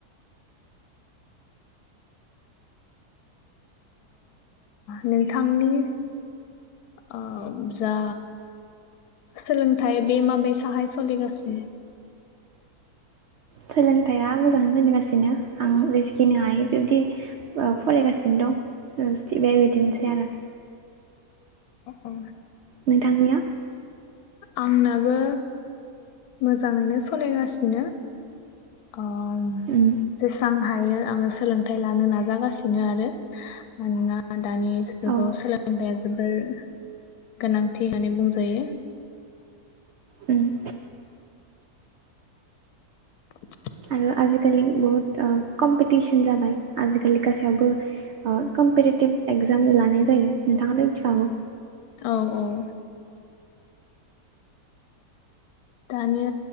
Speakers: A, on the left (about 75°); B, on the right (about 70°).
A: नोंथांनि आ जा सोलोंथाइ बे माबायसाहाय सोलिगासिनो
B: सोलोंथाइया मोजाङै सलिगासिनो आं जेसेखिनि हायो बेबदि फरायगासिनो दं बेबायदिनोसै आरो
A: औ
B: नोंथांनिया
A: आंनाबो मोजाङैनो सलायगासिनो आं
B: उम
A: जेसबां हायो आङो सोलोंथाइ लानो नाजागासिनो आरो मानोना दानि जुगगाव
B: औ
A: सोलोंथाया जोबोर गोनांथि होननानै बुंजायो।
B: उम
A: <inaudible>
B: आरो आजिखालि बहुत ओ कम्पिटिसन जाबाय आजिखालि गासैयावबो ओ कमपिटिटिभ एगजाम लानाय जायो नोंथाङाथ' मिथिखागौ
A: औ औ दानि